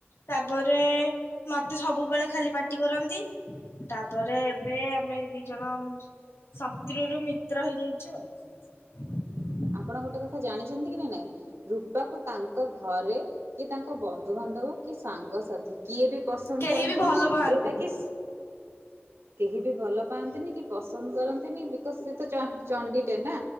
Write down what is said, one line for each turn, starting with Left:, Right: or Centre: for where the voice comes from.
Left: ତାପରେ ମତେ ସବୁବେଳେ ଖାଲି ପାଟି କରନ୍ତି। ତାପରେ ଏବେ ଆମେ ଦିଇ ଜଣ ଶତ୍ରୁରୁ ମିତ୍ର ହେଇଯାଇଚୁ ଆଉ। <inaudible>
Right: ଆପଣ ଗୋଟେ କଥା ଜାଣିଚନ୍ତି କି ନା ନାଇଁ ରୂପାକୁ ତା ତାଙ୍କ ଘରେ କି ତାଙ୍କ ବନ୍ଧୁବାନ୍ଧବ କି ସାଙ୍ଗସଥି କିଏ ବି ପସନ୍ଦ
Left: କେହି
Right: କରନ୍ତିନି
Left: ବି ଭଲ ପାଆନ୍ତିନି।
Right: ଯୋଉଟା କି କେହି ବି ଭଲ ପାଆନ୍ତିନି କି ପସନ୍ଦ କରନ୍ତିନି ବିକଜ ସେ ତ ଚ ଚଣ୍ଡିଟେ ନା